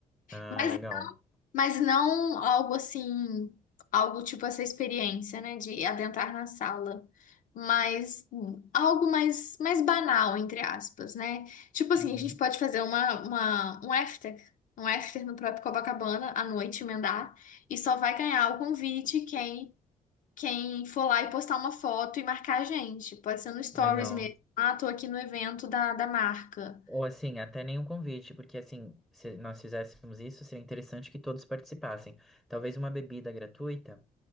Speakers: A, in the centre; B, on the left.
A: ah,
B: Mas,
A: legal.
B: mas não algo assim, algo tipo essa experiência, né, de adentrar na sala. Mas hum, algo mais, mais banal, entre aspas, né? Tipo assim,
A: Uhum,
B: a gente pode fazer uma, uma, um after, um after no próprio Copacabana à noite, emendar, e só vai ganhar o convite quem quem for lá e postar uma foto e marcar a gente. Pode ser no Stories
A: legal.
B: mesmo. Ah, tô aqui no evento da, da marca.
A: Ou assim, até nenhum convite, porque assim, se nós fizéssemos isso, seria interessante que todos participassem. Talvez uma bebida gratuita,